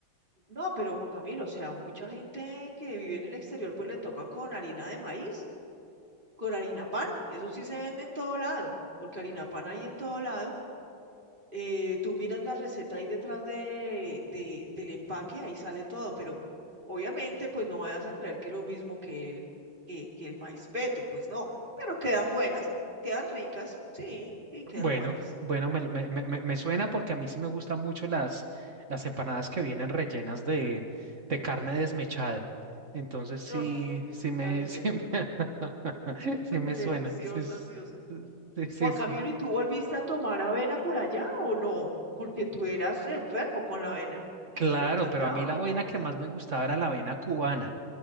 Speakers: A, on the right (about 25°); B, on the right (about 45°).
A: No, pero Juan Camilo, o sea, mucha gente que vive en el exterior pues le toca con harina de maíz con harina pan. Eso sí se vende en todo lado, porque harina pan hay en todo lado. Eh, tú miras la receta ahí detrás de, de- del empaque, ahí sale todo, pero obviamente pues no vayas a creer que es lo mismo que el, que, que el maíz peto, pues no, pero quedan buenas, quedan ricas, sí, sí, quedan
B: Bueno,
A: buenas.
B: bueno, me, me- me- me- me suena porque a mí sí me gustan mucho las, las empanadas que vienen rellenas de, de carne desmechada. Entonces sí,
A: Ay,
B: sí
A: qué maravilla,
B: me, <laughs> sí me, <laughs> sí
A: <laughs>
B: me
A: deliciosas,
B: suena. Sí, es-
A: Dios.
B: sí, sí,
A: Juan Camilo,
B: sí.
A: ¿y tú volviste a tomar avena por allá o no? Porque tú eras enfermo con la avena,
B: Claro,
A: te encantaba.
B: pero a mí la avena que más me gustaba era la avena cubana.